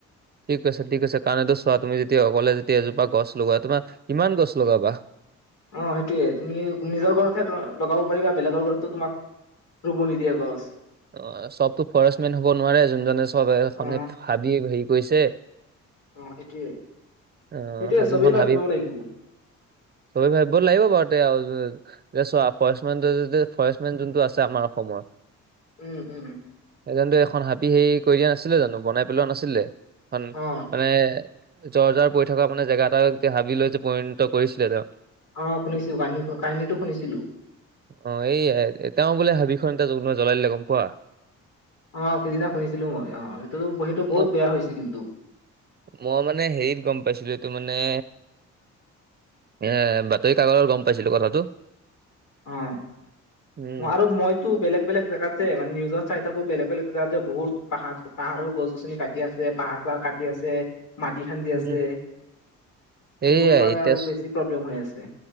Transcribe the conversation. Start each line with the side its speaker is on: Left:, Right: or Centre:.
Right: ঠিক কৈছা ঠিক কৈছা, কাৰণ ইটো চোৱা তুমি যেতিয়া অকলে যতিয়া এজোপা গছ লগোৱা তোমাৰ কিমান গছ লগাবা?
Left: অ সেইটোয়ে, তুমি নিজৰ ঘৰতহে লগাব পাৰিবা বেলেগৰ ঘৰতো তোমাক ৰুব নিদিয়ে গছ।
Right: অ চবতো ফৰেষ্টমেন হ'ব নোৱাৰে, যোনজনে চব এখনে
Left: অ
Right: ভাবিয়ে হেৰি কৰিছে।
Left: অ সেইটোয়ে
Right: অ
Left: সেইটোয়ে
Right: হাজোনখন
Left: চবেই ভাবিব
Right: হাবি
Left: লাগিব
Right: চবে ভাবিব লাগিব বাওতে আও। যে চোৱা ফৰেষ্টমেনটোৱে যদি, ফৰেষ্টমেন যোনটো আছে আমাৰ অসমৰ
Left: উম উম।
Right: এজনেটো এখন হাবি হেৰি কৰি দিয়া নাছিলে জানো বনাই পেলোৱা নাছিলে? এখন
Left: অ
Right: মানে জৰ্জাৰ পৰি থকা মানে জেগা এটা যে হাবি লৈ যে পৰিণত কৰিছিলে তেওঁ।
Left: অ শুনিছো, কাহিনীটো কাহিনীটো শুনিছিলো।
Right: অ এই এতিয়াও বোলে হাবিখন এতিয়া জ্বলাই দিলে, গম পোৱা?
Left: অ সিদিনা শুনিছিলো মই, অ সেইটো সেইটো বহুত
Right: মোক
Left: বেয়া হৈছে কিন্তু।
Right: মই মানে হেৰিত গম পাইছিলো এইটো মানে এ বাতৰিকাকতত গম পাইছিলো কথাটো।
Left: অ
Right: উম
Left: মই আৰু মজ তো বেলেগ বেলেগ জেগাত যে, মানে নিউজত চাই থাকো বেলেগ বেলেগ জেগাত যে বহুত পাহাৰ পাহাৰৰ গছ - গছনি কাটি কাটি আছে, পাহাৰ - চাহাৰ কাটি আছে। মাটি খান্দি
Right: উম
Left: আছে, সেইবোৰৰ
Right: এইয়াই
Left: কাৰণে
Right: এতিয়া
Left: আৰু বেছি প্ৰব্লেম হৈ আছে।